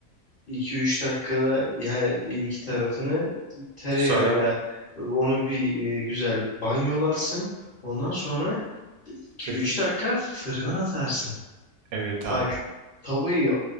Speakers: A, on the left; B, on the right.
A: 2 üç dakikada ya- bir iki tarafını tereyağıyla
B: Sonra
A: onu bir e, güzel banyolarsın. Ondan sonra iki
B: fırın.
A: üç dakika fırına atarsın.
B: Evet abi.
A: Bak tavayı